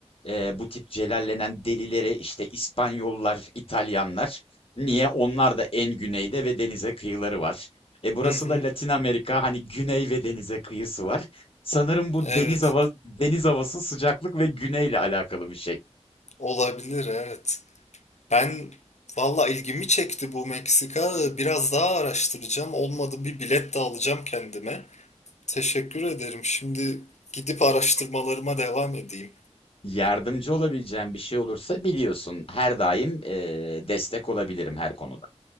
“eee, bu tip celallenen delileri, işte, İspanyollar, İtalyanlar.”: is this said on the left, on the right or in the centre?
Left